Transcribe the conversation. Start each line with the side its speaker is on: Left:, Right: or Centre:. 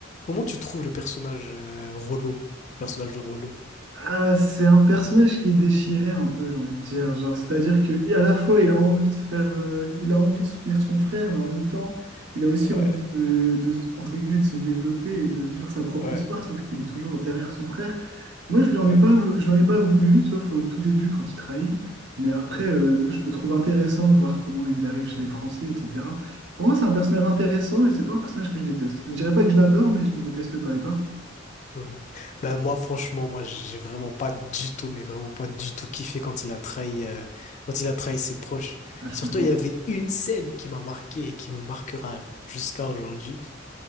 Left: comment tu trouves le personnage euh, Rollo, le personnage de Rollo?
Right: Ah, c'est un personnage qui est déchiré un peu, j'ai envie de dire. Genre, c'est-à-dire que à la fois, il a envie de faire, euh, il a envie de soutenir son frère, mais en même temps, il a aussi
Left: Ouais,
Right: envie de, de, entre guillemets, de se développer et de vivre sa propre
Left: ouais,
Right: histoire, sauf qu'il est toujours derrière son frère. Moi, je lui en
Left: ouais.
Right: ai pas, je l'en ai pas voulu, sauf au tout début quand il trahit. Mais après, euh, moi, je le trouve intéressant de voir comment il arrive chez les Français, etc. Pour moi, c'est un personnage intéressant et c'est pas un personnage que je déteste. Je dirais pas que je l'adore, mais je le déteste pas. Et toi?
Left: Mhm. Ben moi franchement moi j'ai vraiment pas du tout mais vraiment pas du tout kiffé quand il a trahi euh, quand il a trahi ses proches.
Right: Ah, je
Left: Surtout
Right: comprends.
Left: il y avait une scène qui m'a marqué et qui me marquera jusqu'à aujourd'hui.